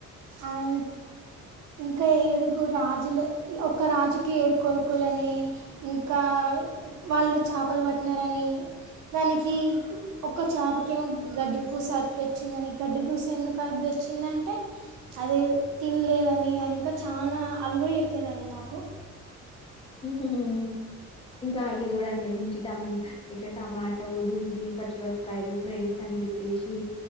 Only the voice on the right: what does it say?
ఆయ్ బ్ ఇంకా ఏడుగురు రాజుల ఒక రాజ్ కి ఏడు కొరుక్ కులని ఇంకా వాళ్ళు చాపల్ బట్ నరని దానికి ఒక చాపకేమో గడ్డి పూస అ టోచ్చిందని గడ్డి పూస ఎందుకాడొచ్ ఓచ్చిందంటే అది తిన్ లేదని ఇంకా చాలా అవుకూడా ఎపిందండి మాకు